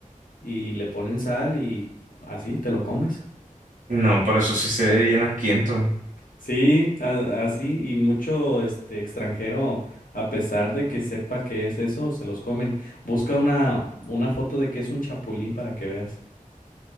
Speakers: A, on the left; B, on the right.
A: y le ponen sal y así te lo comes.
B: No, pero eso sí se ve bien asquiento.
A: Sí, a- así, y mucho este extranjero, a pesar de que sepa que es eso, se los comen. Busca una, una foto de que es un chapulín para que veas.